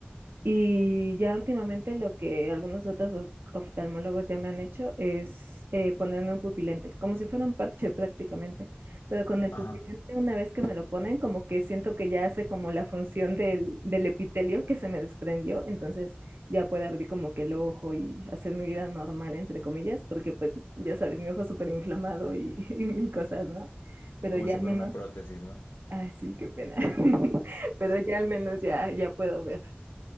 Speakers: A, on the right (about 60°); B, on the left (about 80°).
A: Y ya últimamente lo que algunos otros of- oftalmólogos ya me han hecho es eh, ponerme un pupilente, como si fuera un parche prácticamente. Pero con el
B: Ajá.
A: pupilente, una vez que me lo ponen, como que siento que ya hace como la función del, del epitelio que se me desprendió, entonces ya puedo abrir como que el ojo y hacer mi vida normal, entre comillas, porque pues ya sabes, mi ojo súper inflamado y, <laughs> y mil cosas, ¿no? Pero
B: Como
A: ya
B: si
A: al
B: fuera
A: menos,
B: una prótesis, ¿no?
A: ay, sí, qué pena. <laughs> Pero ya al menos ya, ya puedo ver.